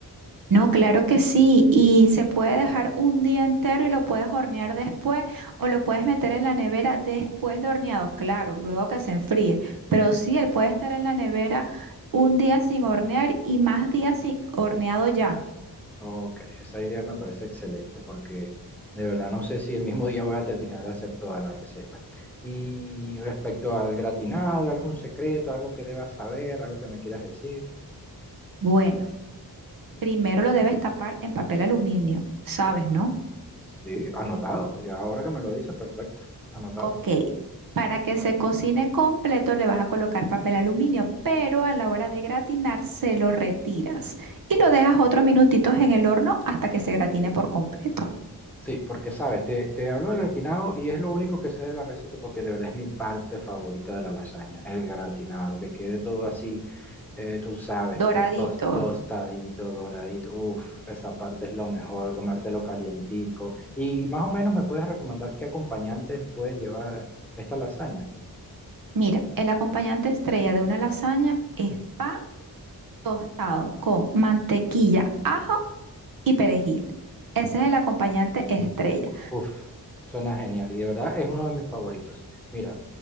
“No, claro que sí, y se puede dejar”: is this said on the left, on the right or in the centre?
Right